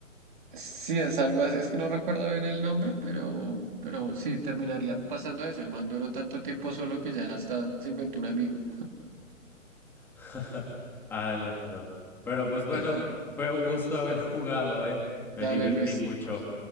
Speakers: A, on the right; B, in the centre.
A: Sí, es algo así, es que no recuerdo bien el nombre, pero, pero sí, terminaría pasando eso. El man duró tanto tiempo solo que ya hasta se inventó un amigo.
B: <laughs> Ah, la- no. Pero pues bueno,
A: <laughs>
B: fue un gusto haber jugado, ¿eh?
A: Dale,
B: Me divertí
A: Luis.
B: mucho.